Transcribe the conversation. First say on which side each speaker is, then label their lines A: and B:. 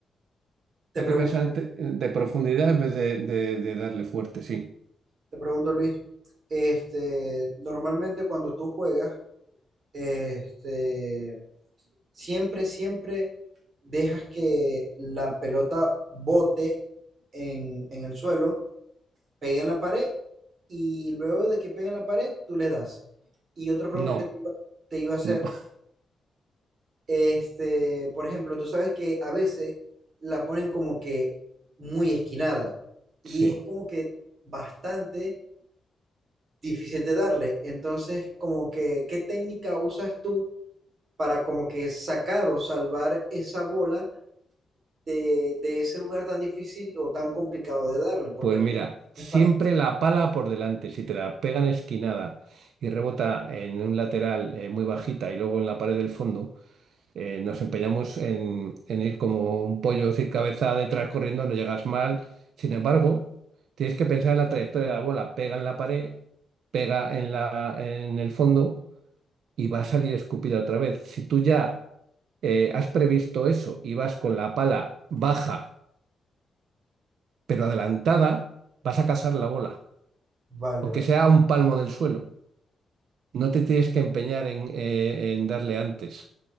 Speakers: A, on the right (about 45°); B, on the right (about 85°).
A: Te
B: Hay
A: pregunto,
B: que pensar en te- de profundidad en vez de, de- de darle fuerte, sí.
A: te pregunto, Luis, este, normalmente cuando tú juegas, este, siempre, siempre dejas que la pelota bote en, en el suelo pega en la pared y luego de que pegue en la pared, tú le das. Y otra pregunta
B: No,
A: que te iba, te iba a hacer,
B: no, <laughs>
A: este, por ejemplo, tú sabes que a veces la ponen como que muy esquinada y
B: sí.
A: es como que bastante difícil de darle. Entonces, como que, ¿qué técnica usas tú para como que sacar o salvar esa bola de, de ese lugar tan difícil o tan complicado de darle? Porque
B: Pues mira,
A: no es, no
B: siempre
A: es fácil.
B: la pala por delante. Si te la pegan esquinada y rebota en un lateral eh, muy bajita y luego en la pared del fondo, eh, nos empeñamos en, en ir como un pollo sin cabeza detrás corriendo, no llegas mal. Sin embargo, tienes que pensar en la trayectoria de la bola. Pega en la pared, pega en la, en el fondo y va a salir escupida otra vez. Si tú ya eh, has previsto eso y vas con la pala baja pero adelantada, vas a cazar la bola,
A: Vale,
B: aunque
A: vale,
B: sea a un palmo del suelo. No te tienes que empeñar en, eh, en darle antes.